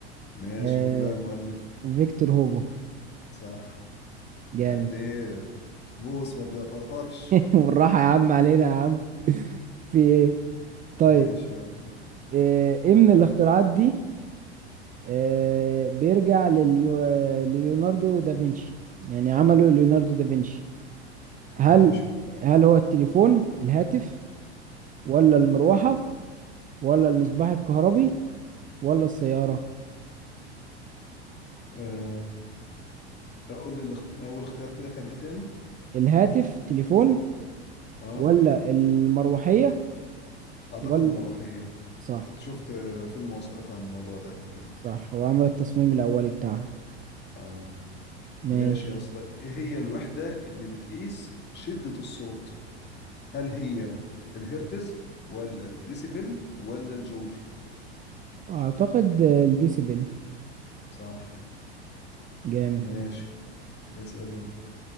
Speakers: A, on the left; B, on the right.
A: ماشي
B: آه...
A: مين بقى المؤلف؟
B: فيكتور هوجو
A: صح
B: جامد
A: يا ابني إيه موس ما بتعطلش
B: <laughs> بالراحة يا عم علينا يا عم في ايه طيب
A: ماشي يلا
B: آه... ايه من الاختراعات دي آه... بيرجع لليو... آه... لليوناردو دافنشي يعني عمله ليوناردو دافنشي هل
A: ماشي
B: هل هو التليفون الهاتف ولا المروحة ولا المصباح الكهربي ولا السيارة
A: أه قول لي الاخت... أول اختيار كده كان إيه تاني؟
B: الهاتف تليفون
A: أه
B: ولا المروحية
A: أعتقد
B: ولا
A: المروحية
B: صح
A: كنت شفت آه، فيلم وثائقي عن الموضوع ده قبل كده
B: صح هو عمل التصميم الأولي بتاعها
A: أه
B: ماشي
A: ماشي يا اسطى إيه هي الوحدة اللي بتقيس شدة الصوت؟ هل هي الهرتز ولا الديسيبل ولا الجول
B: أعتقد آه، الديسيبل
A: صح
B: جامد
A: ماشي اسأل انت